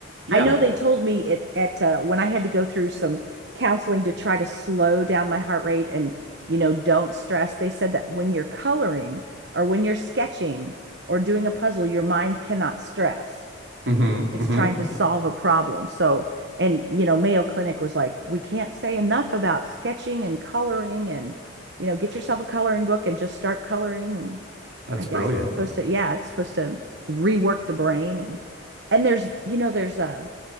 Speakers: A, on the right; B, on the right.
A: Yeah.
B: I know they told me it at uh, when I had to go through some counseling to try to slow down my heart rate and, you know, don't stress. They said that when you're coloring or when you're sketching or doing a puzzle, your mind cannot stress.
A: Mm-hmm.
B: it's it's
A: Mm-hmm.
B: trying to solve a problem. So, and you know, Mayo Clinic was like, we can't say enough about sketching and coloring and you know, get yourself a coloring book and just start coloring and
A: That's
B: I guess
A: brilliant.
B: it's supposed to yeah, it's supposed to rework the brain and and there's you know, there's a